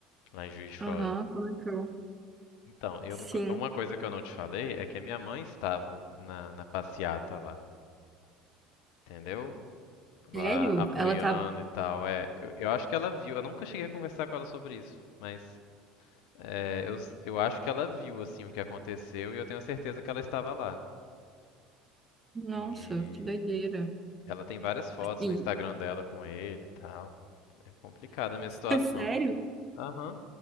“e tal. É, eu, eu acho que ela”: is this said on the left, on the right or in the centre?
Left